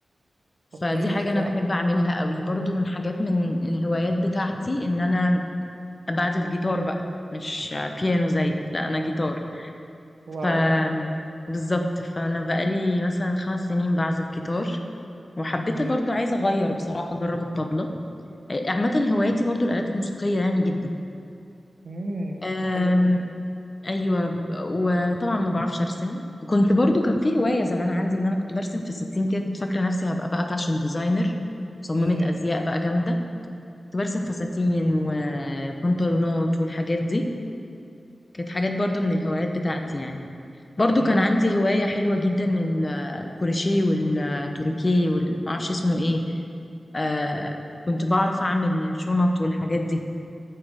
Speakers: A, on the left (about 30°); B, on the right (about 70°).
A: فدي
B: اوكي
A: حاجه
B: حلو
A: انا بحب
B: قوي
A: اعملها قوي برضو من حاجات من الهوايات بتاعتي ان انا بعزف جيتار بقى مش بيانو زي لا انا جيتار
B: واو
A: ف بالظبط فانا بقالي مثلا خمس سنين بعزف جيتار وحبيت
B: امم
A: برضو عايزه اغير بصراحه اجرب الطبله آه، عامه هواياتي برضو الالات الموسيقيه يعني جدا
B: امم
A: أم
B: ده حلو قوي
A: ايوه ب- وطبعا ما بعرفش ارسم كنت برضو كان في هوايه زمان عندي ان انا كنت برسم في الستين كده كنت فاكره نفسي هبقى بقى فاشن ديزاينر مصممه
B: امم
A: ازياء بقى جامده كنت برسم فساتين وبنطلونات والحاجات دي كانت حاجات برضو من الهوايات بتاعتي يعني برضو
B: امم
A: كان عندي هواية حلوة جدا ال- الكروشيه والتوريكيه والمعرفش اسمه ايه آه
B: امم
A: كنت بعرف اعمل شنط والحاجات دي